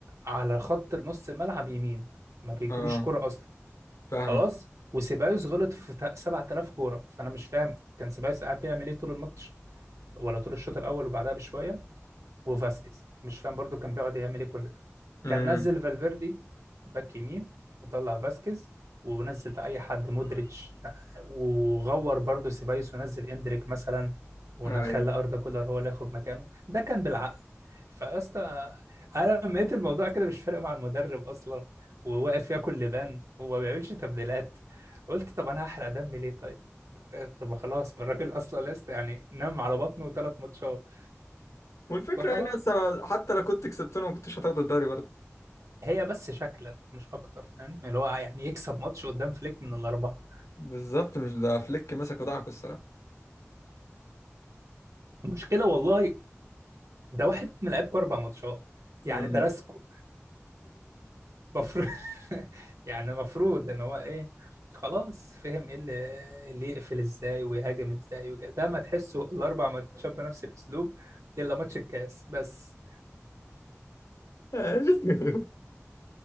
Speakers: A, on the right; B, on the left.
A: على خط نص الملعب يمين ما بيجيلوش
B: اه
A: كرة أصلا
B: فاهمك
A: خلاص وسيبايوس غلط في تا- 7000 كورة فأنا مش فاهم كان سيبايوس قاعد بيعمل إيه طول الماتش ولا طول الشوط الأول وبعدها بشوية وفاسكيز مش فاهم برضو كان بيقعد يعمل ايه كل ده
B: امم
A: كان نزل فالفيردي باك يمين وطلع فاسكيز ونزل بقى اي حد مودريتش وغور برضو سيبايوس ونزل اندريك مثلا ونخلى
B: ايوه
A: اردا كولر هو اللي ياخد مكانه ده كان بالعقل فيا اسطى انا لما لقيت الموضوع كده مش فارق مع المدرب اصلا وواقف ياكل لبان وما بيعملش تبديلات قلت طب انا هحرق دمي ليه طيب طب خلاص ما الراجل اصلا لسه يعني نام على بطنه ثلاث ماتشات
B: والفكرة
A: فخلاص
B: يعني أصلا حتى لو كنت كسبتنا ما كنتش هتاخد الدوري برضه
A: هي بس شكلا مش اكتر فاهم اللي هو يعني يكسب ماتش قدام فليك من الاربعه
B: بالظبط مش ده فليك مسك ودعك الصراحة
A: المشكله والله ده واحد من لعيبكوا اربع ماتشات يعني
B: مم.
A: درسكوا المفروض <laughs> يعني المفروض ان هو ايه خلاص فهم ايه اللي, اللي يقفل ازاي ويهاجم ازاي وكده ده ما تحسوا الاربع ماتشات بنفس الاسلوب الا ماتش الكاس بس
B: ماشي <laughs>